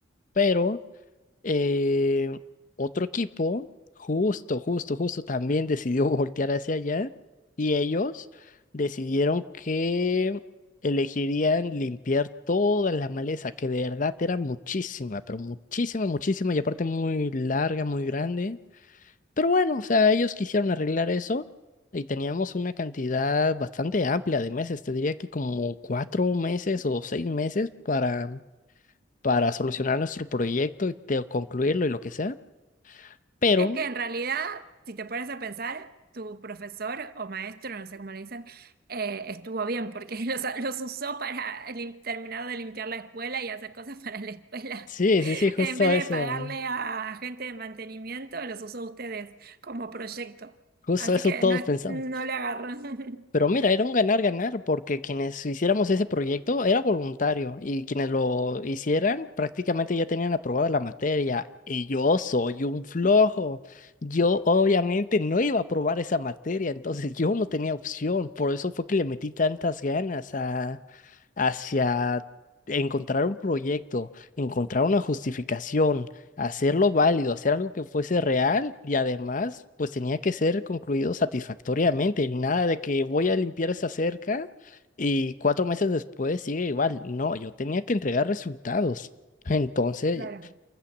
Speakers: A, on the left; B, on the right.
A: pero... Eh, otro equipo, justo, justo, justo, también decidió <laughs> voltear hacia allá y ellos decidieron que elegirían limpiar toda la maleza, que de verdad era muchísima, pero muchísima, muchísima y aparte muy larga, muy grande. Pero bueno, o sea, ellos quisieron arreglar eso y teníamos una cantidad bastante amplia de meses, te diría que como cuatro meses o seis meses para para solucionar nuestro proyecto y te- concluirlo y lo que sea. Pero
B: Es que en realidad, si te pones a pensar, tu profesor o maestro, no sé cómo le dicen, eh, estuvo bien porque <laughs> los, los usó para lim- terminar de limpiar la escuela y hacer cosas para la escuela.
A: sí,
B: <laughs>
A: sí, sí, justo
B: En vez
A: eso.
B: de pagarle a gente de mantenimiento, los usó ustedes como proyecto.
A: Justo
B: Así
A: eso
B: que
A: todos
B: no, es-
A: pensamos.
B: no le agarró. <laughs>
A: Pero mira, era un ganar-ganar porque quienes hiciéramos ese proyecto era voluntario y quienes lo hicieran prácticamente ya tenían aprobada la materia y yo soy un flojo. Yo obviamente no iba a aprobar esa materia, entonces yo no tenía opción. Por eso fue que le metí tantas ganas a, hacia encontrar un proyecto, encontrar una justificación hacerlo válido, hacer algo que fuese real y además pues tenía que ser concluido satisfactoriamente, nada de que voy a limpiar esa cerca y cuatro meses después sigue igual, no, yo tenía que entregar resultados. Entonces,
B: Claro.